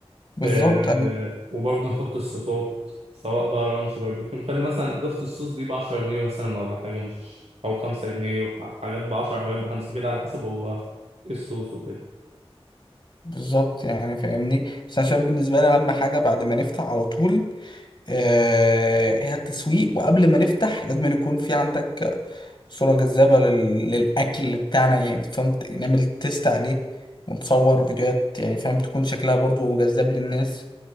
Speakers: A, on the left; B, on the right.
A: بالظبط
B: آه وبرضه نحط الصوصات سواء بقى رانش باربيكيو نخلي مثلا اضافه الصوص دي ب 10 جنيه مثلا ولا حاجه مش او 5 جنيه وحاجات ب 10 حاجات ب 5 كده على حسب هو ايه الصوص وكده
A: بالظبط يعني فاهمني بس انا شايف بالنسبه لي اهم حاجه بعد ما نفتح على طول آه هي التسويق وقبل ما نفتح لازم يكون في عندك صوره جذابه لل... للاكل بتاعنا يعني فهمت نعمل تيست عليه ونصور فيديوهات يعني فاهم تكون شكلها برضو جذاب للناس